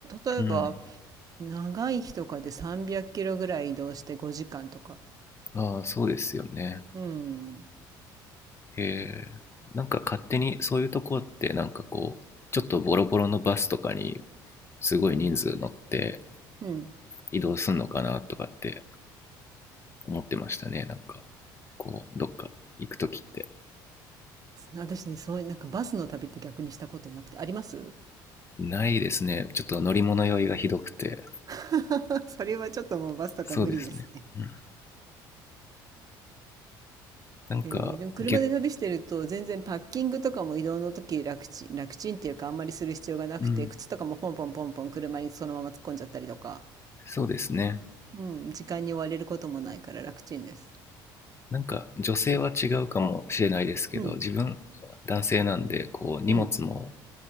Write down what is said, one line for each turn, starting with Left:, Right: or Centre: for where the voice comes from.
Right: 例えば
Left: うん。
Right: 長い日とかで300キロぐらい移動して5時間とか。
Left: ああ、そうですよね。
Right: うん、
Left: へえ。なんか勝手にそういうとこってなんかこう、ちょっとボロボロのバスとかにすごい人数乗って
Right: うん
Left: 移動すんのかなとかって思ってましたね。なんか、こう、どっか行くときって。
Right: 私ねそういうなんかバスの旅って逆にしたことなくてあります、
Left: ないですね。ちょっと乗り物酔いがひどくて。
Right: <laughs> それはちょっともうバスとか無理ですね。
Left: そうですね。うん。なんか、
Right: えーでも車で旅してると全然パッキングとかも移動の時楽ちん楽ちんっていうかあんまりする必要がなくて靴とかもポンポンポンポン車にそのまま突っ込んじゃったりとか、
Left: 逆、うん、そうですね。
Right: うん、時間に追われることもないから楽ちんです。
Left: なんか女性は違うかもしれないですけど、
Right: うん
Left: 自分、男性なんで、こう、荷物も
Right: うん